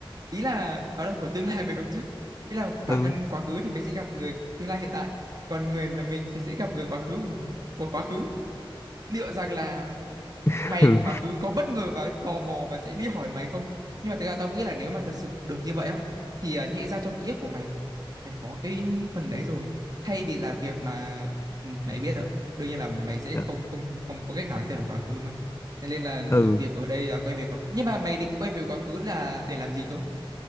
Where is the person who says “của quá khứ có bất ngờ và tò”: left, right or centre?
Right